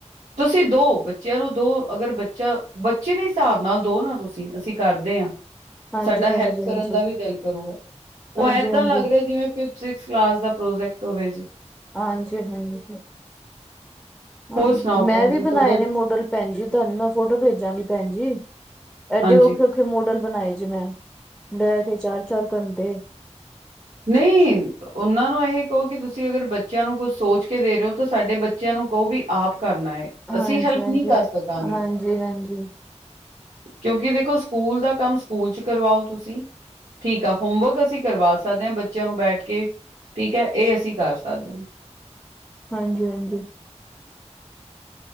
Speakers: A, on the right; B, in the centre.
A: ਤੁਸੀਂ ਦੋ, ਬੱਚਿਆਂ ਨੂੰ ਦੋ, ਅਗਰ ਬੱਚਾ, ਬੱਚੇ ਦੇ ਹਿਸਾਬ ਨਾਲ ਦੋ ਨਾ ਤੁਸੀਂ, ਅਸੀਂ ਕਰਦੇ ਆਂ।
B: ਹਾਂਜੀ
A: ਸਾਡਾ
B: ਭੈਣ
A: ਹੈਲਪ
B: ਜੀ,
A: ਕਰਨ
B: ਹਾਂਜੀ,
A: ਦਾ ਵੀ ਦਿਲ ਕਰੂਗਾ, ਉਹ
B: ਹਾਂਜੀ,
A: ਐਦਾਂ
B: ਹਾਂਜੀ,
A: ਲੱਗ ਰਿਹਾ ਜਿਵੇਂ ਸਿੱਕਸ ਕਲਾਸ ਦਾ ਪ੍ਰੋਜੈਕਟ ਹੋਵੇ ਜੀ।
B: ਹਾਂਜੀ, ਹਾਂਜੀ, ਹਾਂਜੀ
A: ਹੋਰ ਸੁਣਾਓ
B: ਮੈਂ
A: ਭੈਣ
B: ਵੀ
A: ਜੀ ਤੁਹਾਡੇ
B: ਬਨਾਏ ਨੇ ਮੋਡਲ। ਭੈਣ ਜੀ ਤੁਹਾਨੂੰ ਨਾ ਫੋਟੋ ਭੇਜਾਂਗੀ ਭੈਣ ਜੀ, ਐਡੇ
A: ਹਾਂਜੀ।
B: ਔਖੇ ਮੋਡਲ ਬਨਾਏ ਜੇ ਮੈਂ, ਬੈਕੇ ਚਾਰ-ਚਾਰ ਘੰਟੇ।
A: ਨਹੀਂ। <inaudible> ਉਹਨਾਂ ਨੂੰ ਇਹ ਕਹੋ ਕਿ ਤੁਸੀਂ ਅਗਰ ਬੱਚਿਆਂ ਨੂੰ ਕੁਛ ਸੋਚ ਕੇ ਦੇ ਰਹੇ ਹੋ ਤਾਂ ਸਾਡੇ ਬੱਚਿਆਂ ਨੂੰ ਕਹੋ ਵੀ, ਆਪ ਕਰਨਾ ਏ।
B: ਹਾਂਜੀ
A: ਅਸੀਂ ਹੈਲਪ
B: ਹਾਂਜੀ
A: ਨਹੀਂ ਕਰ ਸਕਾਂਗੇ।
B: ਹਾਂਜੀ ਹਾਂਜੀ।
A: ਕਿਉਂਕਿ ਦੇਖੋ ਸਕੂਲ ਦਾ ਕੰਮ ਸਕੂਲ 'ਚ' ਕਰਵਾਓ ਤੁਸੀ। ਠੀਕ ਆ ਹੋਮਵਰਕ ਅਸੀਂ ਕਰਵਾ ਸਕਦੇ ਆਂ ਬੱਚਿਆਂ ਨੂੰ ਬੈਠ ਕੇ। ਠੀਕ ਹੈ, ਇਹ ਅਸੀ ਕਰ ਸਕਦੇ ਆਂ।
B: ਹਾਂਜੀ-ਹਾਂਜੀ।